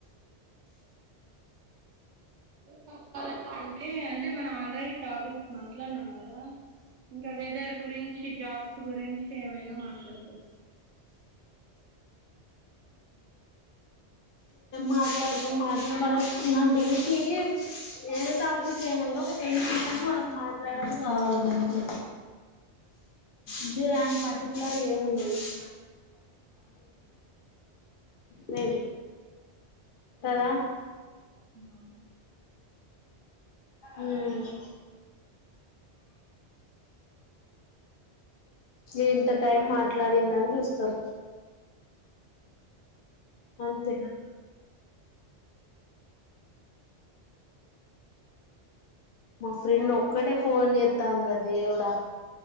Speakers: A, on the right; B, on the left.
A: ఊకా అంటే అంటే మనం ఆల్రెడీ టాపిక్ మాట్లాడనం కదా ఇంకా వెదర్ గురించి జాబ్స్ గురించి ఏమైనా మాట్లా <unintelligible>
B: మాట్లాడుతం మాత్రం వాళ్ళకు నాకు తెలిసీ ఏదో టాపిక్ అయినా కూడా ఒక టెన్ సెకండ్స్ వాళ్ళకి మాట్లాడుడూ కావాలి గంతే ఇదే అని పర్టికులర్ గా ఏముండదు <unintelligible> మేబి కదా
A: అవున
B: మ్మ్ ఇంత టైం మాట్లాడిందని చూస్తారు అంతేనా మా ఫ్రెండ్ ఒక్కటే ఫోన్ చేత్తాందిర దేవుడా